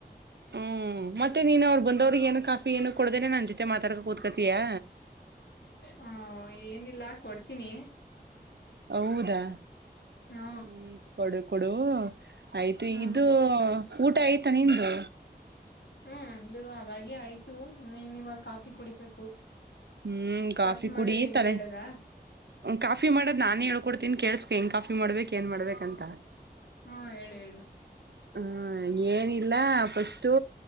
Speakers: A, on the right (about 80°); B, on the left (about 80°).
A: ಹ್ಮ್ ಮತ್ತೆ ನೀನ್ ಅವರು ಬಂದವ್ರಿಗೆ ಏನು ಕಾಫಿ ಏನು ಕೊಡ್ದೇನೆ ನನ್ ಜೊತೆ ಮಾತಾಡ್ಕ ಕುತ್ಕತೀಯಾ.
B: ಹಾ ಏನಿಲ್ಲಾ ಕೊಡ್ತೀನಿ.
A: ಹೌದಾ
B: ಹಾ
A: ಹ್ಮ ಕೊಡು, ಕೊಡು ಆಯ್ತು
B: ಹ್ಮ್
A: ಇದು ಊಟ ಆಯ್ತಾ ನಿಂದು.
B: ಹ್ಮ್ ಅ ಅವಾಗ ಆಯ್ತು ಇನೇನು ಇವಾಗ ಕಾಫಿ ಕುಡಿಬೇಕು
A: ಹ್ಮ್
B: ಕಾಫಿ ಮಾಡದ್
A: ಕುಡಿ
B: ಹೆಂಗೆ
A: ತಲೆ
B: ಹೇಳದ,
A: ಕಾಫಿ ಮಾಡದ್ ನಾನೇ ಹೇಳ್ಕೊಡ್ತೀನ್ ಕೇಳಸ್ಕ್ ಹೆಂಗ್ ಕಾಫಿ ಮಾಡ್ಬೇಕೇಕ್ ಏನ್ ಮಾಡ್ಬೇಕ ಅಂತ.
B: ಹಾ ಹೇಳು, ಹೇಳು
A: ಹ್ಮ ಏನಿಲ್ಲ ಫಸ್ಟು